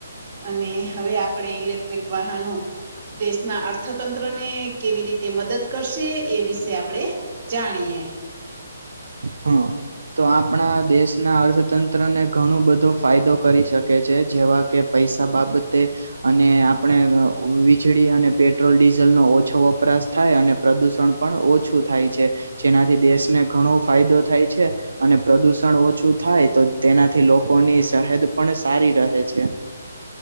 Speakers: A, on the right (about 35°); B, on the right (about 85°).
A: અને હવે આપણે ઇલેક્ટ્રિક વાહનો દેશના અર્થતંત્રને કેવી રીતે મદદ કરશે એ વિશે આપણે જાણીએે
B: હમ્મ, તો આપણા દેશના અર્થતંત્રને ઘણો બધો ફાયદો કરી શકે છે, જેવા કે પૈસા બાબતે અને આપણે વીજળી અને પેટ્રોલ ડીઝલનો ઓછો વપરાશ થાય અને પ્રદુષણ પણ ઓછું થાય છે જેનાથી દેશને ઘણો ફાયદો થાય છે. અને પ્રદુષણ ઓછું થાય તો તેનાથી લોકોની સહેદ પણ સારી રહે છે.